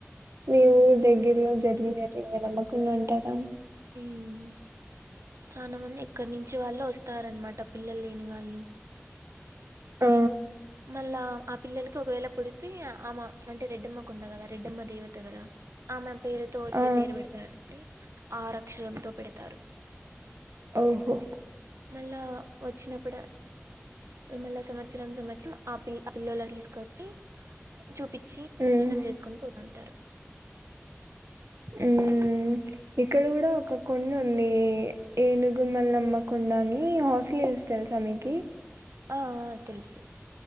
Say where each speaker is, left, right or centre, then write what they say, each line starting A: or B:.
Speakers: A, on the right (about 70°); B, on the right (about 85°).
A: మేము
B: ఉమ్
A: దెగ్గరలో జరిగిన <inaudible> నమ్మకుండా ఉంటార
B: ఉమ్ చాన మంది ఎక్కడి నుంచి వాళ్ళో వస్తారన్నమాట పిల్లలు లేని వాళ్ళు
A: ఆ
B: మళ్ళా ఆ పిల్లలకి ఒకవేళ పుడితే ఆమె అంటే రెడ్డమ్మకొండ కదా రెడ్డమ్మ దేవత కదా ఆమ పేరుతొ వచ్చే
A: ఆ
B: పేరు పెడతారంటె ఆర అక్షరంతో పెడతారు
A: ఓహో
B: మళ్ళా వచ్చినప్పుడ తు మళ్ళ సంవత్సరం సంవత్సరం ఆ పిల్ ఆ పిల్లోల తీసుకొచ్చి చూపిచ్చి
A: మ్మ్
B: దర్శనం చేసుకొని పోతంటారు
A: మ్మ్ ఇక్కడ కూడా ఒక కొండ ఉంది ది ఏనుగు మల్లమ్మ కొండ అని హర్ష్లి హిల్స్ తెలుస మీకి
B: ఆ ఆ తెలుసు